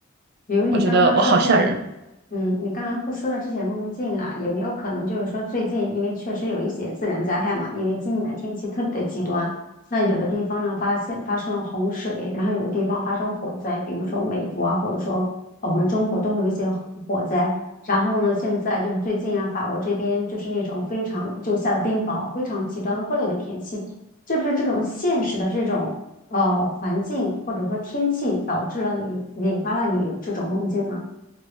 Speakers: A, on the left (about 40°); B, on the right (about 50°).
A: 比如你刚刚说这些，
B: 我觉得我好吓人。
A: 嗯，你刚刚会说的这些梦境啊，有没有可能就是说最近因为确实有一些自然灾害嘛，因为今年天气特别的极端，那有的地方呢发现发生了洪水，然后有的地方发生火灾，比如说美国啊，或者说我们中国都会有一些火灾。然后呢，现在就是最近啊，法国这边就是那种非常就下了冰雹，非常极端恶劣的天气，是不是这种现实的这种？呃环境或者说天气导致了你引发了你有这种梦境呢？